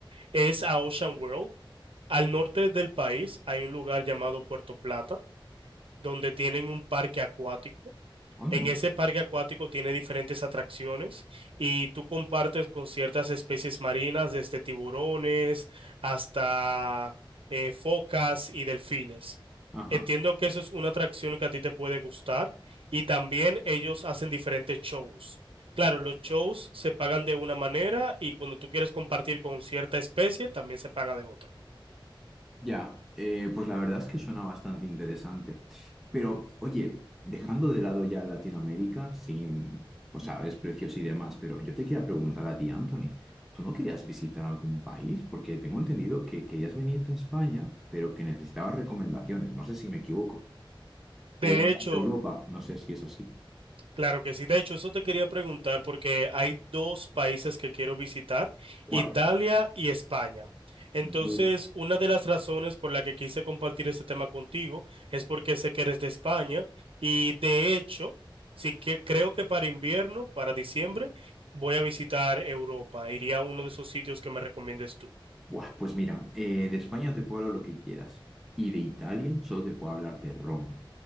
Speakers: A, on the right; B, in the centre.
A: es a Ocean World. Al norte del país hay un lugar llamado Puerto Plata, donde tienen un parque acuático.
B: Anda.
A: En ese parque acuático tiene diferentes atracciones y tú compartes con ciertas especies marinas, desde tiburones hasta eh, focas y delfines.
B: Ajá.
A: Entiendo que eso es una atracción que a ti te puede gustar y también ellos hacen diferentes shows. Claro, los shows se pagan de una manera y cuando tú quieres compartir con cierta especie también se paga de otra.
B: Ya, eh, pues la verdad es que suena bastante interesante. Pero, oye, dejando de lado ya Latinoamérica, sin, o sea, precios y demás, pero yo te quería preguntar a ti, Anthony, ¿tú no querías visitar algún país? Porque tengo entendido que querías venirte a España, pero que necesitabas recomendaciones. No sé si me equivoco.
A: De
B: O un país
A: hecho,
B: de Europa, no sé si es así.
A: Claro que sí. De hecho, eso te quería preguntar porque hay dos países que quiero visitar,
B: ¿Cuáles?
A: Italia y España. Entonces,
B: Uf,
A: una de las razones por la que quise compartir este tema contigo es porque sé que eres de España y de hecho, sí que creo que para invierno, para diciembre, voy a visitar Europa. Iría a uno de esos sitios que me recomiendes tú.
B: buah, pues mira, eh, de España te puedo hablar lo que quieras. Y de Italia solo te puedo hablar de Roma.